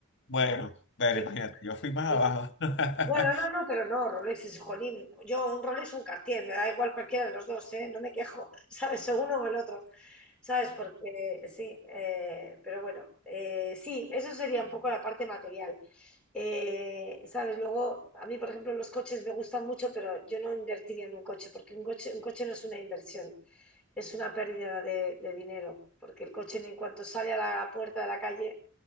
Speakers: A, on the left; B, in the centre.
A: Bueno, bueno,
B: Sí,
A: imagínate, yo fui más
B: pues
A: abajo.
B: Bueno, no, no,
A: <laughs>
B: pero no, Rolex es jolín. Yo, un Rolex o un Cartier, me da igual cualquiera de los dos, ¿eh? No me quejo, <laughs> ¿sabes? O uno o el otro, ¿sabes? Porque sí, eh, pero bueno, eh, sí, eso sería un poco la parte material. Eh, ¿sabes? Luego, a mí, por ejemplo, los coches me gustan mucho, pero yo no invertiría en un coche, porque un coche, un coche no es una inversión, es una pérdida de, de dinero, porque el coche en cuanto sale a la puerta de la calle,